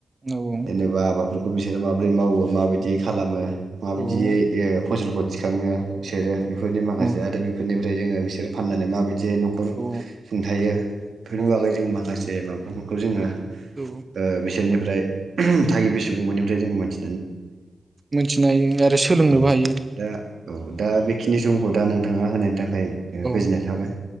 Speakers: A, on the right; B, on the right.
A: जों
B: जेनेबा फोरखौ बिसोर मा माबोरै मावो माबायदियै खालामो माबायदियै
A: औ औ
B: ओ फसलखौ थिखांनो
A: औ नंगौ
B: बिसोरो बेफोरनि
A: नंगौ
B: माखासे
A: औ
B: आरो बेफोरनि ओमफ्राय जो बिसोर फाननानै माबायदि जे न'खर
A: औ
B: सुंथायो बेफोरनि
A: औ
B: बागै जोंङो माखासे माबाफोरखौ खौ जोङो
A: औ
B: ओ बिसोरनिफ्राय थागिबि सुबुंफोरनिफ्राय जोङो मोनथि
A: मिथिनो हायो आरो सोलोंनोबो
B: औ
A: हायो।
B: दा औ दा बेखिनि समखौ दा नोंथाङा होनायनि थाखाय खै
A: औ
B: गोजोननाय थाबाय